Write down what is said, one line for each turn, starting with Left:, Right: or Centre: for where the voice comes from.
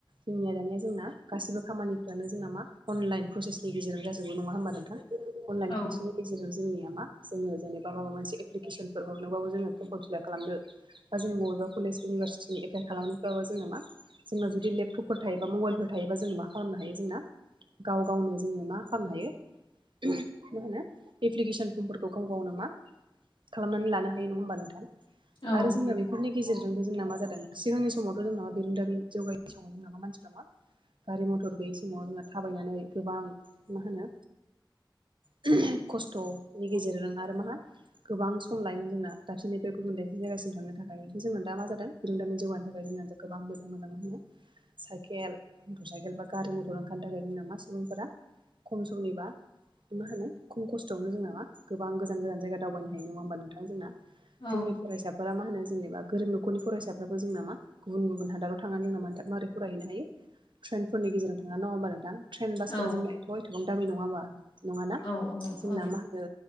Right: जोंनिया दानिया जोंना गासिबो खामानिफ्रानो जोंना मा अनलाइन प्रसेसनि गेजेरजों जाजोबो नङा होमबा नोंथां! अनलाइन
Left: औ
Right: खान्थिनि गेजेरजों जोंनिया मा जोङो जेनेबा माबा मोनसे एप्लिकेसनफोर हर नोबाबो जोङो फरम फोर फिलाप खालामनो बा जों बबेबा कलेज इउनिभारसिटिनि एप्लाइ खालामफ्रबाबो जोङो मा जोंना जुदि लपटप फोर थायोबा मबाइलफोर थायोबा जों मा खालामनो हायो जोंना गाव गावनो जोङो मा खालामनो हायो मा होनो एप्लिकेसन फर्मफोरखौ गाव गावनो नामा खालामनानै लानो हायो नङा होमबा नोंथां!
Left: औ
Right: आरो जोङो बेफोरनि गेजेरजोंबो जोंना मा जादों सिगांनि समावथ' जोंनावा बिरोंदाबि जौगाय समाव <unintelligible> गारि मथर गैयि समाव जोङो थाबायनानै गोबां मा होनो! <unintelligible> खस्थ'नि गेजेरजों आरो मा गोबां सम लायोमोन जोंना, दाबसिनि बे गुबुन दाबसे जायगासिम थांनो थाखाय ओमफ्राय जोंना दा मा जादों? बिरोंदामि जौगानो थाखाय जोंना गोबां मोजां-मोजां होनो। साइकेल, मटर साइकेल बा, गारि मथर ओंखारनो थाखाय जोंना मा सुबुंफोरा, खम समनिबा मा होनो खम खस्थ'आवनो जों नामा गोबां गोजान-गोजान जायगा दावबायनो हायो नङा होमबा नोंथां जोंना!
Left: औ
Right: जोंनि फरायसा फोरा मा होनो जेनेबा गोरिब नखरनि फरायसाफ्राबो जों नामा गुबुन-गुबुन हादराव थांनानै दं नामा माबारै फरायहैनो हायो। ट्रेनफोरनि गेजेरजों थाङा नङा होनबा नोंथां! ट्रेन बासफोरा
Left: औ
Right: जोंना अ एथ'बांनो दामि नङा हा नङाना
Left: औ औ
Right: जोंना
Left: औ
Right: मा होनो?